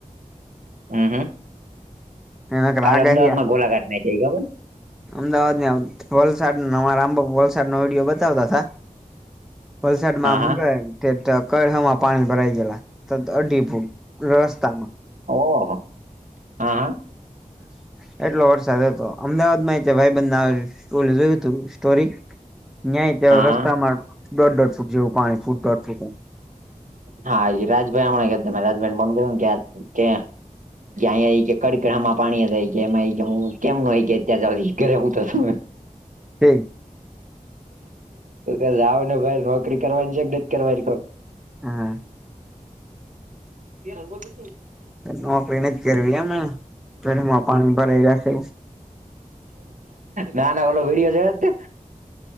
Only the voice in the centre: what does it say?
એના
આગાહીયા
અમદાવાદ ને વલસાડ નવા રામબ વલસાડ નો વિડિયો બતાવતાા હતા. વરસાદ મામ
હું ક- - તે ત કળ હમા પાણી ભરાઈ ગે ત અડી રસ્તામાં- -
<inaudible> એટલો વરસાદ હતો અમદાવાદ માં ભાઈ બંધને જોયું તું સ્ટોરી. નં ત
રસ્તામાં
દોઢ દઢ ફૂટ જેવું પાણી ફૂટ દોઢ ફૂટ.
હમ.
હા.
નોકરી નથી કરવી અમે પઢમાં પાણી ભરાઈ જશે.